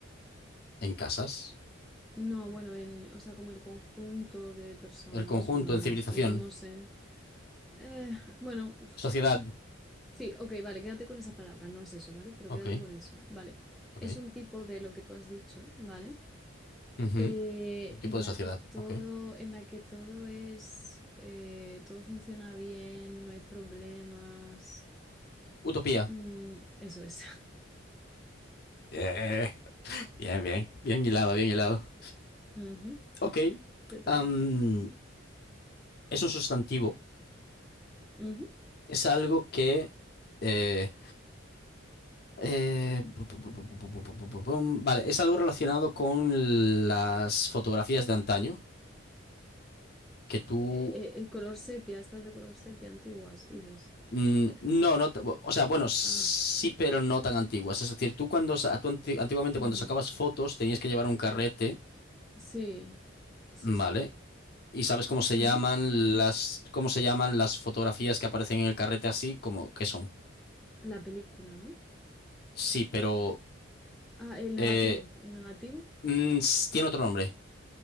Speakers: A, on the left (about 50°); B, in the centre.
A: En casas.
B: No, bueno, en... O sea, como el conjunto de personas
A: El conjunto,
B: humanas.
A: en civilización.
B: Vivimos en... eh, bueno,
A: Sociedad.
B: Sí, ok, vale, quédate con esa palabra, no es eso, ¿vale? Pero
A: Ok,
B: quédate con eso, ¿vale?
A: ok.
B: Es un tipo de lo que tú has dicho, ¿vale?
A: Ujú.
B: Eh,
A: Tipo
B: en
A: de
B: la
A: sociedad.
B: que todo,
A: Ok.
B: en la que todo es, eh, todo funciona bien, no hay problemas.
A: Utopía.
B: Mm, eso es.
A: Eh, Bien, bien. Bien hilado, bien hilado.
B: <laughs> Ujú,
A: Ok.
B: Te toca.
A: Am, es un sustantivo.
B: Ujú.
A: Es algo que... eh, eh, pu- pu- pu- pu- pu- pu- pu- pu- pu- pum. Vale, es algo relacionado con las fotografías de antaño, que tú...
B: Eh, el color sepia, estas de color sepia antiguas, dices.
A: mm, No, no, t- o sea, bueno, sí,
B: Ah,
A: pero no tan antiguas. Es decir, tú cuando, sa- tú anti- antiguamente
B: mm,
A: cuando sacabas fotos tenías que llevar un carrete,
B: sí, sí,
A: ¿vale?
B: sí.
A: Y sabes cómo se
B: Ujú.
A: llaman las, cómo se llaman las fotografías que aparecen en el carrete así, como, ¿qué son?
B: La película, ¿no?
A: Sí, pero
B: Ah, el negativo,
A: eh,
B: el negativo.
A: mm, s- tiene otro nombre.